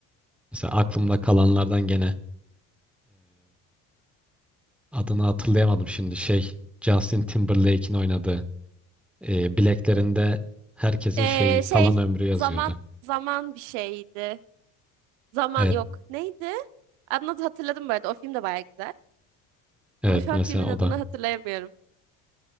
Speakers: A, in the centre; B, on the right.
A: Mesela aklımda kalanlardan gene. Adını hatırlayamadım şimdi şey. Justin Timberlake'in oynadığı. E, bileklerinde herkesin
B: E,
A: şeyi
B: şey
A: kalan ömrü yazıyordu.
B: zaman zaman bir şeydi. Zaman
A: Evet,
B: yok. Neydi? Adını hatırladım bu arada. O film de baya güzel.
A: evet
B: Ama şu
A: mesela
B: an filmin
A: o
B: adını
A: da.
B: hatırlayamıyorum.